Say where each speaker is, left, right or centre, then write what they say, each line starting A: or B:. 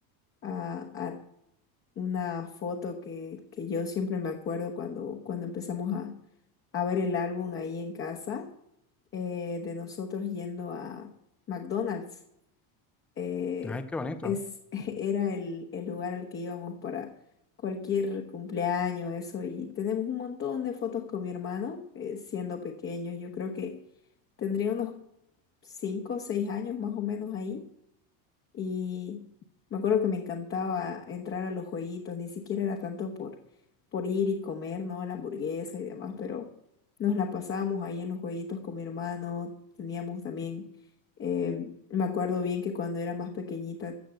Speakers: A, on the left; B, in the centre.
A: a- a una foto que, que yo siempre me acuerdo cuando, cuando empezamos a, a ver el álbum ahí en casa, eh, de nosotros yendo a McDonald's eh,
B: Ay, qué bonito.
A: es, <laughs> era el, el lugar al que íbamos para cualquier cumpleaños, eso, y tenemos un montón de fotos con mi hermano, eh, siendo pequeños, yo creo que tendría unos 5 o 6 años más o menos ahí, y me acuerdo que me encantaba entrar a los jueguitos, ni siquiera era tanto por, por ir y comer, ¿no? La hamburguesa y demás, pero nos la pasábamos ahí en los jueguitos con mi hermano, teníamos también, eh, me acuerdo bien que cuando era más pequeñita,